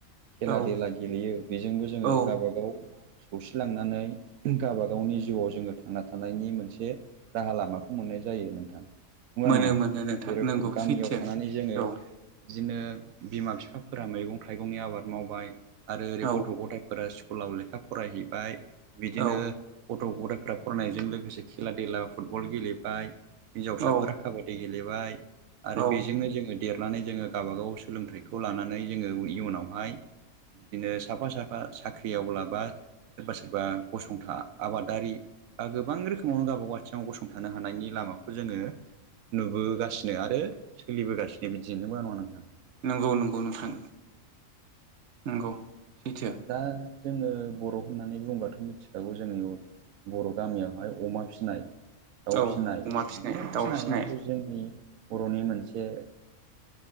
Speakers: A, on the right (about 80°); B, on the right (about 60°).
A: खेला
B: औ
A: देला गेलेयो बेजोंबो जोङो
B: औ
A: गावबागाव सौसिलांनानै गावबा गावनि जिउआव जोङो थांना थानायनि मोनसे राहा लामाखौ मोननाय जायो नोंथां नुवा
B: मोनो
A: नङा
B: मोनो नोंथां
A: जेरखम
B: नंगौ
A: गामियाव
B: सैथो
A: थानानै जोङो
B: औ
A: बिदिनो बिमा बिफाफोर मैगं थाइगंनि आबाद मावबाय आरो ओरै
B: औ
A: गथ' गथायफोरा स्कुलाव लेखा फरायहैबाय बिदिनो
B: औ
A: गथ' गथायफ्रा फरायनायजों लोगोसे खेला देला फुटबल गेलेबाय हिनजावसाफोरा
B: औ
A: खाबादि गेलेबाय आरो
B: औ
A: बेजोंनो जोङो देरनानै जोङो गावबा गाव सोलोंथाइखौ लानानै जोङो इयुनावहाय बिदिनो साफा साफा साख्रिआवब्ला बा सोरबा सोरबा गसंथा आबादारि गोबां रोखोमावनो गावबा गाव आथिङाव गसंथानो हानायनि लामाखौ जोङो नुबोगासिनो आरो सोलिबोगासिनो बिदिनो नंगौना नङा नोंथां
B: नंगौ नंगौ नोंथां नंगौ सैथो
A: दा जोङो बर' होननानै बुङोबाथ' मिथिखागौ जोंनि बर' गामियावहाय अमा फिसिनाय दाउ
B: औ
A: फिसिनाय
B: अमा फिसिनाय
A: बिदिनो
B: दाउ
A: फिसिनायाथ'
B: फिसिनाय
A: जोंनि बर'नि मोनसे